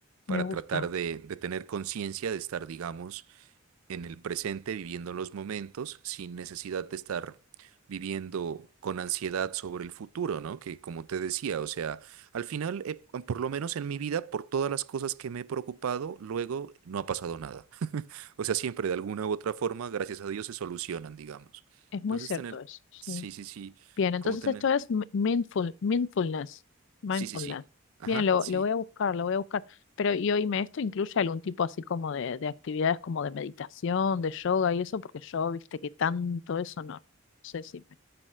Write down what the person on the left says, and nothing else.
Me gusta.
Es
muy cierto
eso, sí.
Bien, entonces
esto es mi- mindful, mindfulness, mindfulness.
Bien, lo,
lo voy a buscar, lo voy a buscar. Pero y oíme, ¿esto incluye algún tipo así como de, de actividades como de meditación, de yoga y eso? Porque yo, viste que tanto eso no, no sé si me...